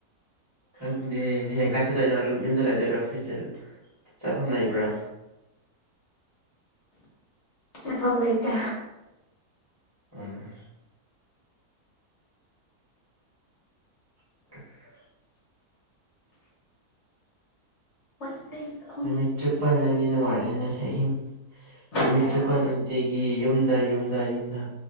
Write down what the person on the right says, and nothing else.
ꯈꯪꯗꯦ ꯍꯌꯦꯡ ꯀꯥꯏ ꯆꯠꯇꯣꯏꯅꯣ ꯑꯗꯨꯝ ꯌꯨꯝꯗ ꯂꯩꯗꯣꯏꯔꯥ ꯐ꯭ꯔꯤꯗ ꯆꯠꯐꯝ ꯂꯩꯕ꯭ꯔꯥ
ꯎꯝ <unintelligible>
ꯅꯨꯃꯤꯠ ꯆꯨꯞꯄ ꯅꯪꯗꯤ ꯅꯨꯡꯉꯥꯏꯔꯦꯅꯦ ꯑꯍꯤꯡ ꯅꯨꯃꯤꯠ
ꯆꯨꯞꯄ
ꯅꯨꯡꯇꯤ ꯒꯤ ꯌꯨꯝꯗ ꯌꯨꯝꯗ ꯌꯨꯝꯗ